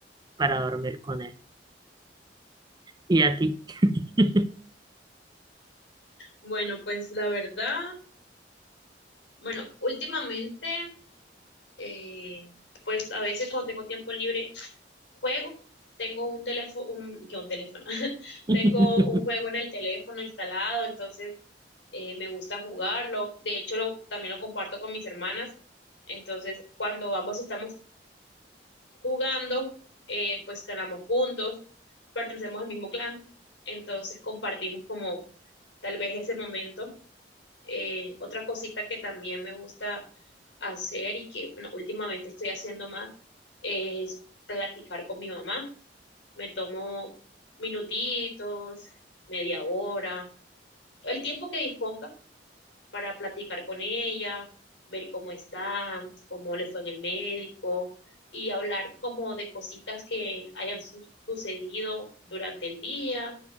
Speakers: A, on the right (about 25°); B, on the left (about 90°).
A: para dormir con él. ¿Y a ti? <laughs>
B: Bueno, pues la verdad, bueno, últimamente, eh, pues a veces cuando tengo tiempo libre, juego. Tengo un teléfono, un, que un teléfono, <laughs>
A: Entiendo,
B: tengo un juego en el teléfono instalado, entonces eh, me gusta jugarlo, de hecho lo, también lo comparto con mis hermanas, entonces cuando ambos estamos jugando, eh, pues ganamos puntos, pertenecemos al mismo clan, entonces compartimos como tal vez ese momento. Eh, otra cosita que también me gusta hacer y que bueno, últimamente estoy haciendo más es platicar con mi mamá. Me tomo minutitos, media hora, el tiempo que disponga para platicar con ella, ver cómo está, cómo le fue en el médico y hablar como de cositas que hayan su- sucedido durante el día